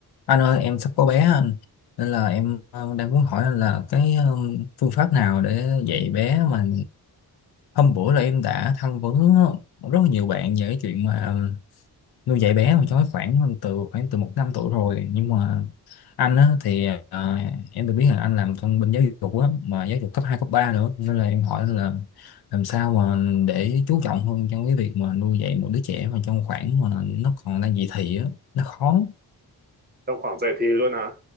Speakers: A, on the left; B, on the right.
A: Anh ơi, em sắp có bé á anh. Nên là em ờ, đang muốn hỏi anh là cái ờ, phương pháp nào để dạy bé mà hôm bữa là em đã tham vấn rất là nhiều bạn về cái chuyện mà nuôi dạy bé mà cho khoảng từ khoảng từ một năm tuổi rồi nhưng mà anh á thì ờ, em được biết là anh làm trong bên giáo dục á mà giáo dục cấp 2 cấp 3 nữa nên là em hỏi là làm sao mà để chú trọng hơn trong cái việc mà nuôi dạy một đứa trẻ mà trong khoảng mà nó còn đang dậy thì á nó khó
B: trong khoảng dậy thì luôn hả